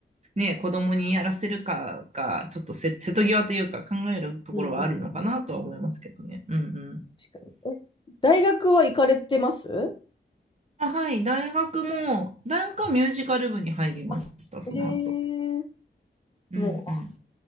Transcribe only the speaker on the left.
うんうん、
確かに。え、大学は行かれてます
あ、
えー、
も